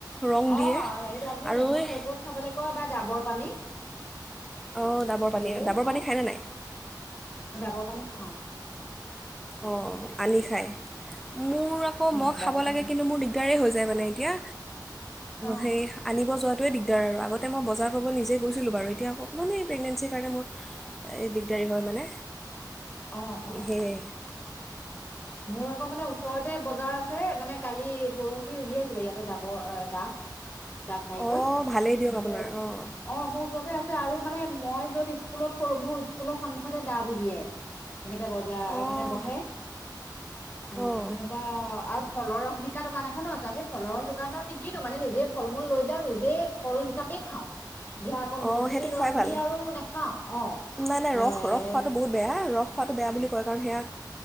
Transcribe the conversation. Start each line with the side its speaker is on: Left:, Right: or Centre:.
Centre: ৰং দিয়ে
Left: অ' এইটো আচলতে
Centre: আৰু
Left: নেমু
Centre: এই
Left: চেৰপত খাবলৈ কয় বা ডাবৰ পানী
Centre: অ' ডাবৰ পানী
Left: এইকেইটাই
Centre: ডাবৰ
Left: খাওঁ
Centre: পানী খায় নে নাই।
Left: ডাবৰ পানী খাও।
Centre: অ' আনি খায় মোৰ আকৌ
Left: উম
Centre: মই
Left: ডাবৰ
Centre: খাব
Left: পানী
Centre: লাগে কিন্তু মোৰ দিগদাৰেই হৈ যায় মানে এতিয়া
Left: অ
Centre: সেই আনিব যোৱাটোৱেই দিগদাৰ আৰু আগত আগতে মই বজাৰ কৰিব নিজে গৈছিলো বাৰু এতিয়া অকণমান প্ৰেগনেঞ্চিৰ কাৰণে মোৰ দিগদাৰী হয় মানে।
Left: অ অ
Centre: সেইয়াই।
Left: মোৰ আকৌ মানে ওচৰতে বজাৰ আছে, মানে কালি পৰ সি উলিয়াইছিলে ইয়াতে, ডাবৰ ডাব ডাব নাৰিকল,
Centre: অঁ ভালেই দিয়ক
Left: এনেকে
Centre: আপোনাৰ
Left: অ',
Centre: অঁ
Left: মোৰ ওচৰতে আছ আৰু মানে মই য'ত স্কুলত কৰো, মোৰ স্কুলৰ সন্মুখতে ডাব উলিয়াই। এনেকে বজাৰ
Centre: অঁ
Left: মানে বহে আই,
Centre: অঁ
Left: তেনেকুৱা আৰু ফলৰ ৰস বিকা দোকান এখনো আছে। আমি ফলৰ ৰস দোকানত নিকিনো মানে, নিজে ফল মূল লৈ যাওঁ, নিজে ফল হিচাপে খাওঁ। ধিয়া আকৌ
Centre: অঁ
Left: মৌচুমী
Centre: সেইটো খুৱাই
Left: ৰস
Centre: ভাল
Left: বুলি আৰু নাখাওঁ, অ',
Centre: নাই নাই
Left: এ
Centre: ৰস ৰস খোৱাটো বহুত বেয়া ৰস খোৱাটো বেয়া বুলি কয় কাৰণ সেয়া,